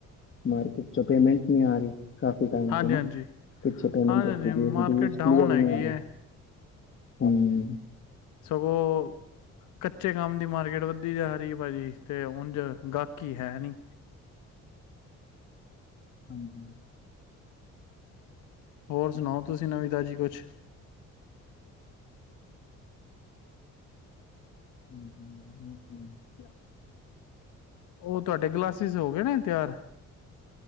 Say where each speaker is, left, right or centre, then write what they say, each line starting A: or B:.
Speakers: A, on the left; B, on the left.
A: ਨਾਲ ਪਿੱਛੋ ਪੇਮੈਂਟ ਨੀ ਆ ਰਹੀ ਕਾਫੀ ਟਾਈਮ
B: ਹਾਂਜੀ
A: ਤੋਂ ਨਾ
B: ਹਾਂਜੀ
A: ਪਿੱਛੇ ਪੇਮੈਂਟ
B: ਹਾਂਜੀ
A: ਰੁਕੀ ਦੀ,
B: ਮਾਰਕੀਟ
A: ਡਉ
B: ਡਾਊਨ
A: ਕਲੀਅਰ ਹੀ
B: ਹੈਗੀ
A: ਨਹੀਂ ਆ ਰਿਹਾ ਹਮ
B: ਸਗੋ ਕੱਚੇ ਕੰਮ ਦੀ ਮਾਰਕੀਟ ਵੱਧਦੀ ਜਾ ਰਹੀ ਭਾਜੀ ਤੇ ਉਝ ਗਾਹਕੀ ਹੈ ਨੀ
A: ਹਾਂਜੀ
B: ਹੋਰ ਸੁਣਾਓ ਤੁਸੀਂ ਨਵੀ ਤਜ਼ੀ ਕੁਛ
A: ਹਮ ਹਮ ਹੋ ਤੇ ਹੈ
B: ਗਲਾਸਇਜ਼ ਉਹ ਤੁਹਾਡੇ ਗਲਾਸਿਸ ਹੋ ਗਏ ਨੇ ਤਿਆਰ